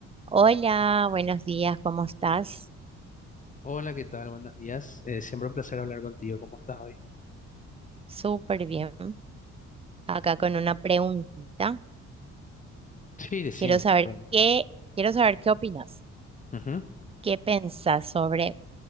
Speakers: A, on the right; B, on the left.
A: Hola, buenos días, ¿cómo estás?
B: Hola, ¿qué tal? Buenos días. Eh, siempre un placer hablar contigo. ¿Cómo estás hoy?
A: Súper bien. Acá con una preguntita.
B: Sí, decime.
A: Quiero saber
B: Pues,
A: qué, quiero saber qué opinas.
B: ujú.
A: ¿Qué pensás sobre